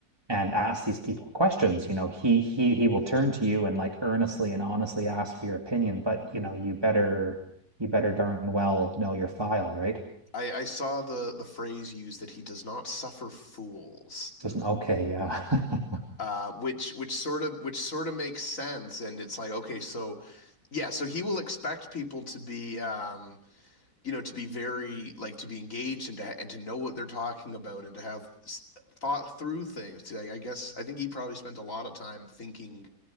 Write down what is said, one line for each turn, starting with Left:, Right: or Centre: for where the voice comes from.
Right: and ask these people questions. You know, he he
Left: hmm
Right: he will turn to you and like earnestly and honestly ask for your opinion, but you know, you better you better darn well know your file, right?
Left: I, I saw the the phrase used that he does not suffer fools,
Right: Doesn't okay, yeah. <laughs>
Left: uh, which which sort of which sort of makes sense. And it's like, okay, so yeah, so he will expect people to be um, you know to be very like to be engaged and to and to know what they're talking about and to have thought through things like, i guess i think he probably spent a lot of time thinking